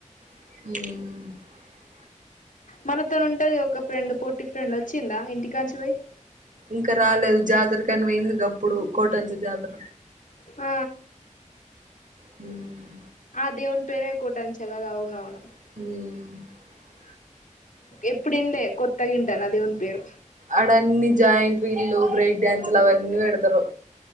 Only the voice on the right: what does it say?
మ్
ఇంకా రాలేదు జాతరకని పోయింది గప్పుడు కోటంచ జాతర
హ్మ్
మ్
అడన్నీ జాయింట్ వీల్లు బ్రేక్ డాన్సులు అవన్నీ పెడతరు.